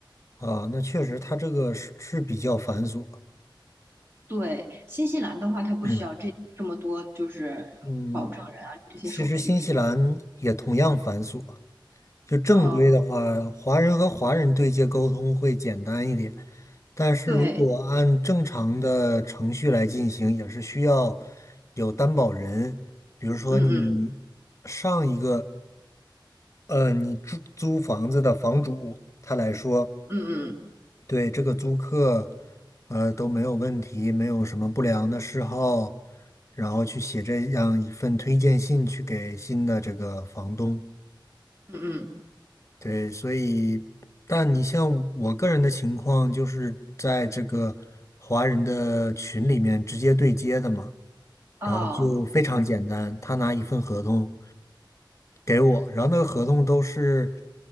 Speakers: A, on the left; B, on the right.
A: 啊，那确实，他这个是是比较繁琐。
B: 对，新西兰的话，它不需要这这么多就是保证人啊这些手续之类的。
A: 嗯嗯，其实新西兰也同样繁琐。就正规的话，
B: 嗯，
A: 华人和华人对接沟通会简单一点，但是如果按正常的程序来进行，
B: 对，
A: 也是需要有担保人，比如说你上一个，
B: 嗯嗯
A: 呃，你租租房子的房主，他来说，
B: 嗯嗯
A: 对这个租客，呃，都没有问题，没有什么不良的嗜好，然后去写这样一份推荐信去给新的这个房东。
B: 嗯嗯，
A: 对，所以，但你像我个人的情况，就是在这个华人的群里面直接对接的嘛，
B: 哦，
A: 然后就非常简单，他拿一份合同给我，然后那个合同都是，